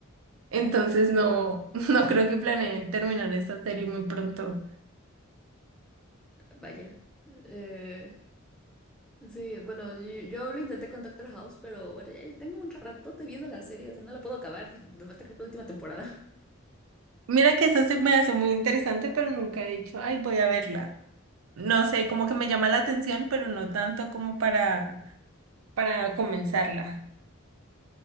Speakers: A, on the right; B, in the centre.
A: Entonces no, <laughs> no creo que planeen terminar esta serie muy pronto.
B: Vaya. eh, Sí, bueno, yo, yo lo intenté con Doctor House, pero bueno, ya, ya tengo un ratote viendo la serie, o sea, no la puedo acabar, me falta creo que la última temporada.
A: Mira que eso se me hace muy interesante, pero nunca he dicho, ay, voy a verla. No sé, como que me llama la atención, pero no tanto como para, para comenzarla.